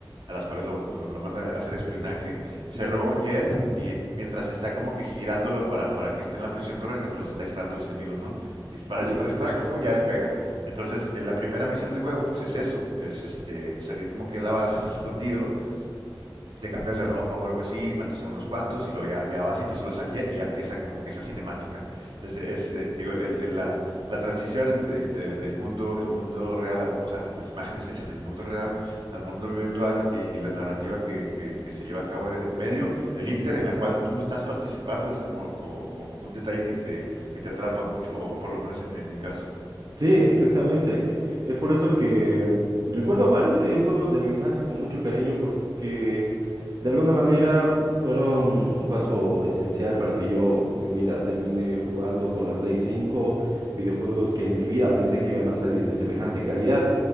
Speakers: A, on the right; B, on the right.
A: a las cuales lo, lo- lo manda a hacer espionaje, se roba un jet y mientras está como que girándolo para, para que esté en la posición correcta, pues les está disparando a los enemigos, ¿no? Dispara,
B: Sí.
A: dispara, dispara y lo fun, ya despega. Entonces, en la primera misión del juego, pues es eso, es este salir como que de la base, estás escondido, te cambias de ropa o algo así, matas a unos cuantos y luego ya, ya vas y te subes al jet y ya empieza como que esa cinemática. Es, es, eh, te digo, el- el- la, la transición entre, entre el el mundo, el mundo real, al- o sea, las imágenes hechas en el mundo real al mundo virtual y la narrativa que, que- que se lleva a cabo en en medio, en el inter en la cual tú estás participando, es como, como, como un detalle que te, que te atrapa mucho, o o por lo menos en, en mi caso.
B: Sí, exactamente. Es por eso que recuerdo varios videojuegos de mi infancia con mucho cariño porque de alguna manera fueron un paso esencial para que yo, mira, termine jugando con la Play 5, videojuegos que en mi vida pensé que iban a salir de semejante calidad,